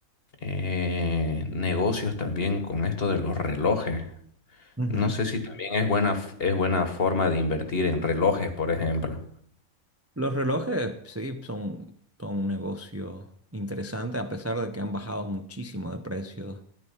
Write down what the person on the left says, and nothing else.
negocios también con esto de los relojes.
No sé si también es buena, f- es buena forma de invertir en relojes, por ejemplo.